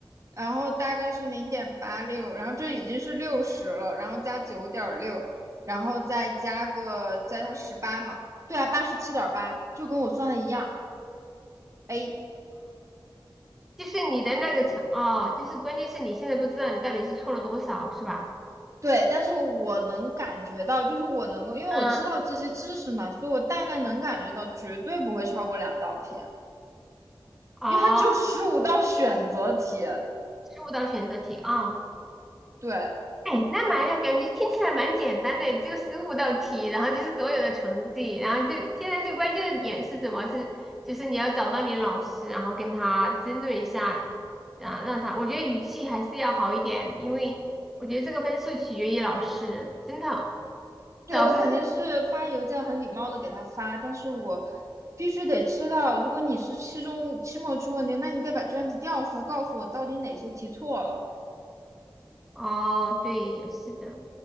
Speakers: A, on the right; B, in the centre.
A: 然后大概是零点八六，然后这已经是六十了，然后加九点六，然后再加个再加十八嘛，对啊，八十七点八，就跟我算的一样，A。
B: 就是你的那个成，哦，就是关键是你现在不知道你到底是错了多少，是吧？
A: 对，但是我能感觉到，就是我能够，因为我知道这些知识嘛，
B: 嗯，
A: 所以我大概能感觉到绝对不会超过两道题，
B: 哦，
A: 因为它只有十五道选择题。
B: 十五道选择题啊，哦
A: 对，
B: 哎，那蛮感觉听起来蛮简单的，只有十五道题，然后就是所有的成绩，然后最现在最关键的点是什么？是就是你要找到你的老师，然后跟他争论一下，然后让他，我觉得语气还是要好一点，因为我觉得这个分数取决于老师，真的，
A: 对，
B: 老师
A: 我肯定是发邮件很礼貌的给他发，但是我必须得知道，如果你是期中、期末出问题，那你得把卷子调出来，告诉我到底哪些题错了。
B: 哦，对，也是的，